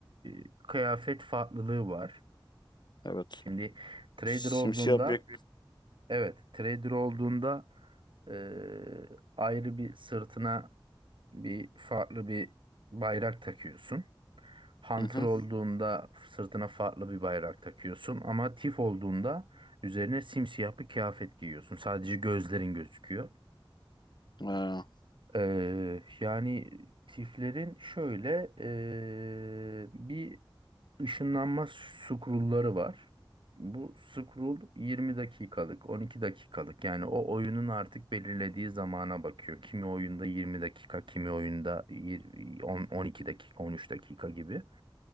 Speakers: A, on the right (about 65°); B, on the left (about 55°).
A: e, kıyafet farklılığı var.
B: Evet.
A: Şimdi trader
B: Simsiyah
A: olduğunda
B: bir...
A: evet trader olduğunda e, ayrı bir sırtına bir farklı bir bayrak takıyorsun. Hunter
B: Hı hı.
A: olduğunda sırtına farklı bir bayrak takıyorsun ama Tif olduğunda üzerine simsiyah bir kıyafet giyiyorsun. Sadece gözlerin gözüküyor.
B: Ha.
A: Ee, yani Tiflerin şöyle ee, bir Işınlanma scroll'ları var. Bu scroll 20 dakikalık, 12 dakikalık. Yani o oyunun artık belirlediği zamana bakıyor. Kimi oyunda 20 dakika, kimi oyunda yir- on- 12 dakika, 13 dakika gibi.